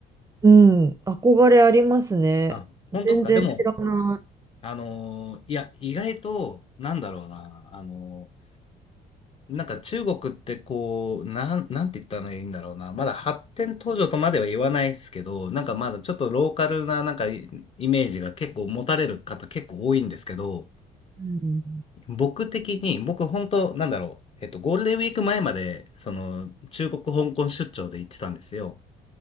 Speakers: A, on the right; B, on the left.
A: うん、憧れありますね。
B: あ、本当っすかでも、
A: 全然知らない。
B: あのーいや、意外と、なんだろうな、あのーなんか中国ってこう、なん、なんて言ったらいいんだろうな。まだ発展途上とまでは言わないですけど、なんかまだちょっとローカルななんかイイメージが結構持たれる方結構多いんですけど、
A: うん
B: 僕的に、僕本当なんだろう。えっと、ゴールデンウィーク前まで、その、中国香港出張で行ってたんですよ。